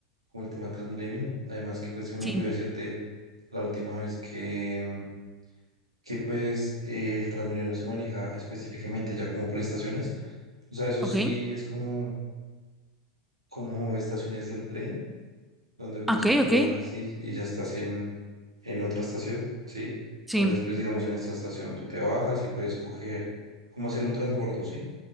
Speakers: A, on the right (about 80°); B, in the centre.
A: como el tema de Transmilenio, además que pues se me
B: Sí,
A: olvidó decirte la última vez que, mm, que pues eh, el Transmilenio se maneja específicamente ya como por estaciones, o sea, eso
B: ok,
A: sí es como, como estaciones del tren, donde pues
B: ok,
A: tú te
B: ok.
A: bajas y, y ya estás en otra estación, ¿sí?
B: Sí,
A: Entonces, pues digamos, en esta estación tú te bajas y puedes coger cómo hacer un transbordo, ¿sí?